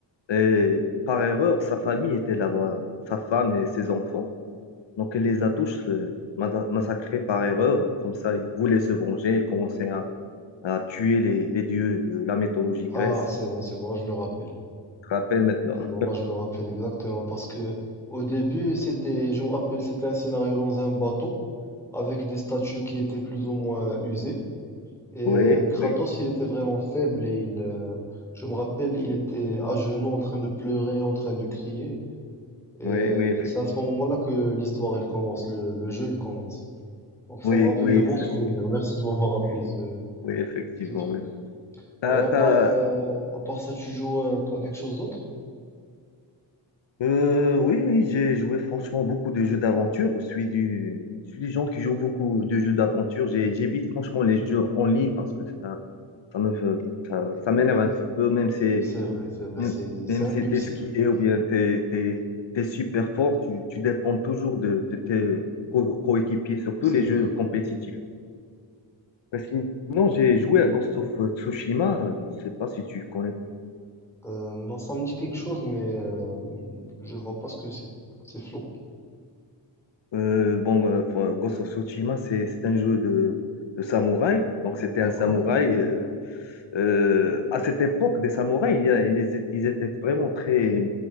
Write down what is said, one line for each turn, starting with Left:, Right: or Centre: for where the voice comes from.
Left: Et
Centre: Oui.
Left: par erreur, sa famille était là-bas, sa femme et ses enfants. Donc, il les a tous euh, mada- massacrés par erreur. Comme ça, il voulait se venger. Il commençait à, à tuer les, les dieux de la mythologie
Centre: Ah,
Left: grecque.
Centre: c'est bon, c'est bon, là je me rappelle.
Left: Je te rappelle maintenant.
Centre: C'est bon, là je me rappelle exactement parce que au début, c'était je me rappelle, c'était un scénario dans un bateau avec des statues qui étaient plus ou moins usées et
Left: Oui,
Centre: euh, Kratos,
Left: oui,
Centre: il était vraiment faible et il euh, je me rappelle, il était à genoux en train de pleurer, en train de crier et
Left: oui,
Centre: euh,
Left: oui, effectivement.
Centre: c'est à ce moment-là que l'histoire elle commence, le le jeu il commence. Donc ça
Left: Oui,
Centre: me rappelle
Left: oui,
Centre: de bons souvenirs.
Left: c'est ça.
Centre: Merci de m'avoir rappelé ce,
Left: Oui, effectivement.
Centre: ce truc.
Left: Oui, T'as-
Centre: Et à
Left: t'as-
Centre: part, euh, à part ça, tu joues euh, à quelque chose d'autre?
Left: euh, oui, oui, j'ai joué franchement beaucoup de jeux d'aventure. Je suis du, je suis des gens qui jouent beaucoup de jeux d'aventure. J'ai- J'évite franchement les jeux en ligne parce que ça, ça me, fait- ça, ça m'énerve un petit peu, même si
Centre: C'est vrai, c'est vrai,
Left: Même
Centre: c'est, c'est
Left: même
Centre: impulsif.
Left: si tu es skillé ou bien tu es, super fort, tu, tu dépends toujours de, de tes co- coéquipiers, surtout
Centre: C'est
Left: les jeux
Centre: vrai.
Left: compétitifs. Ben, Sinon, j'ai joué à Ghost of Tsushima, euh, je sais pas si tu connais.
Centre: Euh, non, ça me dit quelque chose, mais euh, je vois pas ce que c'est. C'est flou.
Left: Euh, bon, euh, faut- Ghost of Tsushima, c'est c'est un jeu de, de samouraï. Donc, c'était un
Centre: D'accord?
Left: samouraï euh, Euh, à cette époque des samouraïs, il y a- ils, étaient ils étaient vraiment très...